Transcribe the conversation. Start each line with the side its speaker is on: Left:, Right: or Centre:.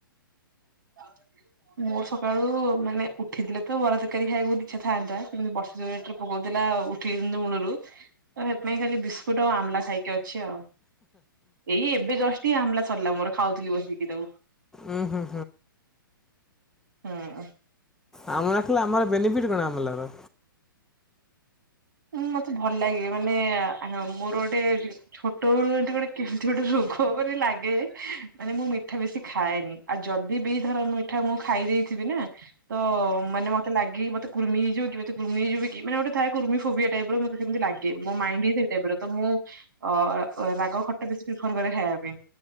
Right: <inaudible> ମୁଁ ସକାଳୁ ମାନେ ଉଠିଥିଲେ ତ ବରା ତରକାରୀ ଖଇବାକୁ ଇଚ୍ଛା ଥାନ୍ତା କିମିତି ବର୍ଷଉ ଯାଉ ରେଟ ରେ ପକଉଚି ଉଠେଇ ମୂଳରୁ ତ ସେଥିପାଇଁ ଖାଲି ବିସ୍କୁଟ ଆଉ ଆମ୍ଲା ଖାଇକି ଅଛି ଆଉ। ଏଇ ଏବେ ଜଷ୍ଟ ଆମ୍ଲା ସରିଲା ମୋର ଖାଉଥିଲି ବସିକି ତାକୁ।
Centre: ଉଁ ହୁଁ
Right: ହଁ।
Centre: ଆମ୍ଲାଖାଇଲେ, ଅମ୍ଲା ର ବେନିଫିଟ କଣ ଆମ୍ଲା ର।
Right: ହଁ ମତେ ଭଲ ଲାଗେ ମାନେ ମୋର ଗୋଟେ ଛୋଟ ବେଳୁ ଏ ଗୋଟେ କେମିତି ଗୋଟେ ଖନ ଲାଗେ ମାନେ ମୁଁ ମିଠା ବେଶି ଖାଏନି। ଆଉ ଯଦି ବି ଧର ମିଠା ମୁଁ ଖାଇ ଦେଇେଇଥିବି ନା, ତ ମାନେ ମତେ ଲାଗିକି ମତେ କୁର୍ମି ହେଇଯିବ। କି ମୋତେ କୁର୍ମି ନେଇଯିବ କି? ମାନେ ଗୋଟେ ଥାଏ କୁର୍ମୀ ମୋତେ ସେମିତି ଲାଗେ ମୁଁ ମାଇଣ୍ଡ ହିଁ ସେ ଅ-ଅ ରାଗ ଖଟା ବେଶୀ ପ୍ରେପର କରେ। ଖାଇବା ପାଇଁ।